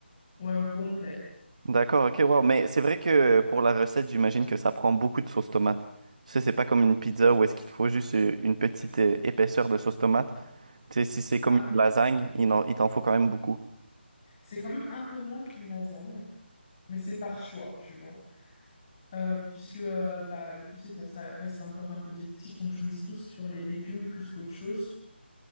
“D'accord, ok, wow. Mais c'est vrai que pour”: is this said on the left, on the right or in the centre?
Right